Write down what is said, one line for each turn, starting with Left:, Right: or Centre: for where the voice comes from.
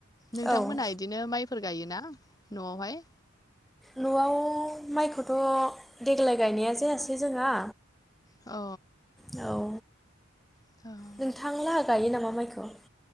Left: नोंथांमोन
Centre: औ
Left: <unintelligible> बिदिनो माइफोर गायोना न'आवहाय?
Centre: न'आव माइखौथ' देग्लाय गायनाया जायासै जोंहा,
Left: अ!
Centre: औ!
Left: <unintelligible>
Centre: नोंथांलाहा गाइयो नामा माइखौ?